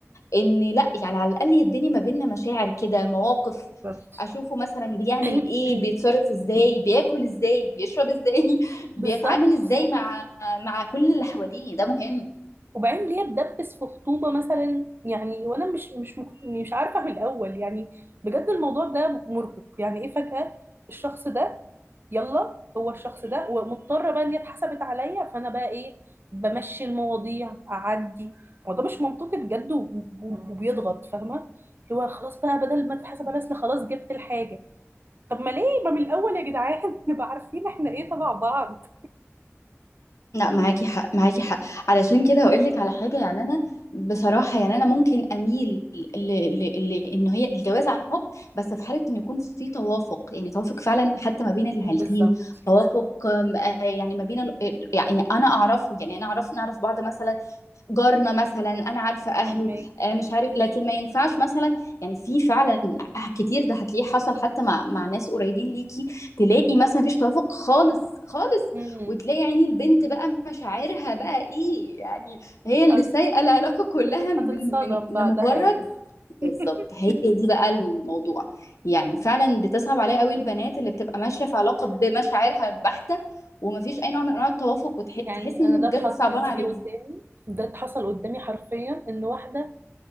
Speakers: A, on the left (about 80°); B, on the right (about 45°).
A: ان لا يعني على الاقل يديني ما بيننا مشاعر كده مواقف
B: بالظبط
A: اشوفه مثلا بيعمل
B: <clears throat>
A: ايه بيتصرف ازاي بياكل ازاي بيشرب ازاي <laughs> بيتعامل
B: بالظبط.
A: ازاي مع مع كل اللي حواليه ده مهم
B: وبعدين ليه اتدبس في خطوبة مثلا يعني وانا مش مش مك- مش عارفة من الاول يعني بجد الموضوع ده مرهق يعني ايه فجأة الشخص ده يلا هو الشخص ده ومضطرة بقى ان هي اتحسبت عليا فانا بقى ايه بمشي المواضيع اعدي الموضوع مش منطقي بجد و- و- وبيضغط فاهمة اللي هو خلاص بقى بدل ما تتحسب على اصل خلاص جبت الحاجة طب ما ليه ما من الاول يا جدعان <laughs> نبقى عارفين احنا ايه تبع بعض
A: لا معاكي حق معاكي حق علشان كده هقول لك على حاجه يعني انا بصراحه يعني انا ممكن اميل ل... ل... ل... ان هي الجواز عن حب بس في حاله ان يكون في توافق يعني توافق فعلا حتى ما بين العيلتين
B: بالظبط
A: توافق آم، آه، يعني ما بين ال... يعني انا اعرفه يعني انا اعرف نعرف بعض مثلا جارنا مثلا انا عارفه اهله
B: فاهمك
A: آه، مش عارف لكن ما ينفعش مثلا يعني في فعلا كتير ده هتلاقيه حصل حتى مع مع ناس قريبين ليكي تلاقي مثلا مفيش توافق خالص خالص
B: امم
A: وتلاقي يعني البنت بقى مشاعرها بقى ايه يعني هي
B: حصل
A: اللي سايقه العلاقه كلها
B: هتتصدم
A: من, من لمجرد
B: بعدها يا عيني
A: بالظبط
B: <laughs>
A: هي دي بقى الموضوع يعني فعلا بتصعب عليا قوي البنات اللي بتبقى ماشيه في علاقه بمشاعرها البحته ومفيش اي نوع من انواع التوافق وتحسي
B: يعني
A: ان
B: انا ده
A: بجد
B: اتحطيت
A: صعبان عليكي
B: فيه قدامي ده اتحصل قدامي حرفيا ان واحده